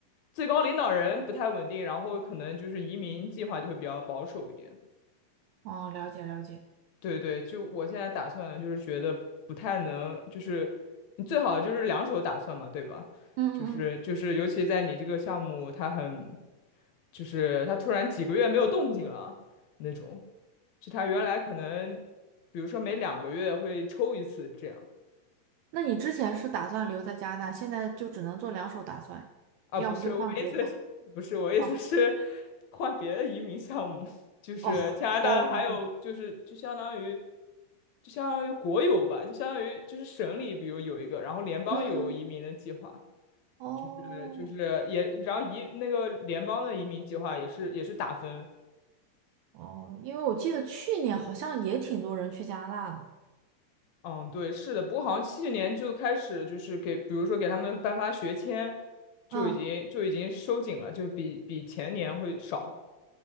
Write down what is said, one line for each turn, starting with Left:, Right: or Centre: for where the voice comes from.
Left: 最高领导人不太稳定，然后可能就是移民计划就会比较保守一点。
Right: 哦，了解了解。
Left: 对对，就我现在打算就是觉得不太能，就是你最好就是两手打算嘛，对吧？
Right: 嗯嗯嗯，
Left: 就是就是，尤其在你这个项目，它很就是它突然几个月没有动静了那种，就它原来可能，比如说每两个月会抽一次这样。
Right: 那你之前是打算留在加拿大，现在就只能做两手打算，
Left: 啊，
Right: 要不就换国家。
Left: 不是，我意思是，不是，我意思是
Right: 哦
Left: 换别的移民项目，<laughs> 就是加拿大的，
Right: 哦哦，
Left: 还有就是就相当于就相当于国有吧，就相当于就是省里，比如有一个，然后联邦有移民的计划，
Right: 嗯哦
Left: 就是就是也，然后移那个联邦的移民计划也是也是打分。
Right: 哦，因为我记得去年好像也挺多人去加拿大的。
Left: 嗯，对，是的，不过好像去年就开始就是给，比如说给他们颁发学签，就已经就已经收紧了，
Right: 嗯，
Left: 就比比前年会少。